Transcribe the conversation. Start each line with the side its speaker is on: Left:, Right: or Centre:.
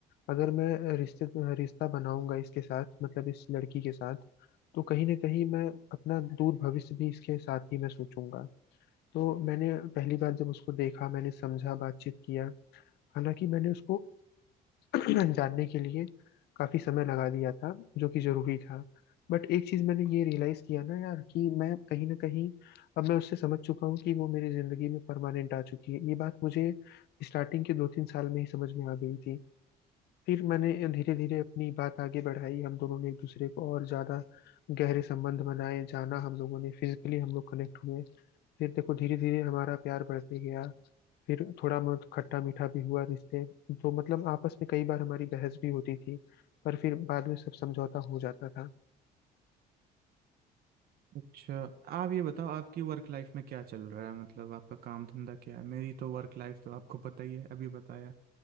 Left: अगर मैं रिश्ते रिश्ता बनाऊंगा इसके साथ मतलब इस लड़की के साथ तो कहीं ना कहीं मैं अपना दूर भविष्य भी इसके साथ ही मैं सोचूंगा तो मैंने पहली बार जब उसको देखा मैंने समझा बातचीत किया हालांकि मैंने उसको <clears throat> जानने के लिए काफी समय लगा दिया था जो कि जरूरी था बट एक चीज मैंने ये रियलाइज किया ना यार कि मैं कहीं ना कहीं अब मैं उससे समझ चुका हूँ कि वो मेरी जिंदगी में परमानेंट आ चुकी है ये बात मुझे स्टार्टिंग के दो तीन साल में ही समझ में आ गई थी फिर मैंने धीरे धीरे अपनी बात आगे बढ़ाई हम दोनों ने एक दूसरे को और ज्यादा गहरे संबंध बनाए जाना हम लोगों ने फिजिकली हम लोग कनेक्ट हुए फिर देखो धीरे धीरे हमारा प्यार बढ़ते गया फिर थोड़ा बहुत खट्टा मीठा भी हुआ रिश्ते तो मतलब आपस में कई बार हमारी बहस भी होती थी पर फिर बाद में सब समझौता हो जाता था
Right: अच्छा आप ये बताओ आपकी वर्क लाइफ में क्या चल रहा है मतलब आपका काम धंधा क्या है मेरी तो वर्क लाइफ तो आपको पता ही है अभी बताया